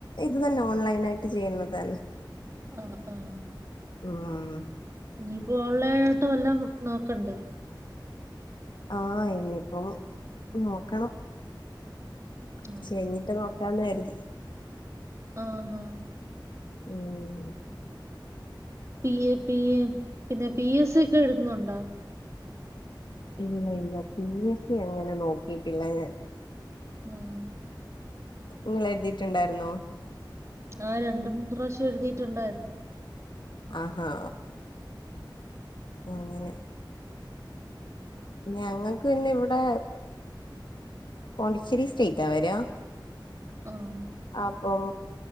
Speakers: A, on the left; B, on the right.
A: ഇത് തന്നെ ഓൺലൈനായിട്ട് ചെയ്യുന്നത് തന്നെ
B: ആഹ് ആഹ്
A: ആഹ്
B: ഇനിയിപ്പോ ഓൺലൈനായിട്ട് വല്ലോം നോക്കണ്ടേ
A: ആഹ് ഇനീപ്പം നോക്കണം
B: ഉം
A: കൊച്ച് കയ്ഞ്ഞിട്ട് നോക്കാന്ന് കരുതി
B: ആഹ് ആഹ്
A: ഉം
B: പി എ പി എ പിന്നെ പി എസ് സിക്കെ എഴുതുന്നുണ്ടോ
A: ഇല്ല ഇല്ല പി എസ് സി അങ്ങനെ നോക്കിട്ടില്ല ഞാൻ
B: ആഹ് ആഹ്
A: ഇങ്ങള് എഴുതീട്ടുണ്ടാരുന്നോ
B: ആ രണ്ട് മൂന്ന് റാശ്യം എഴുതീട്ടുണ്ടാരുന്നു
A: ആഹാ എങ്ങനെ ഞങ്ങക്ക്ന്നിവിടെ പോണ്ടിച്ചേരി സ്റ്റേറ്റാ വരാ
B: ആഹ്
A: അപ്പം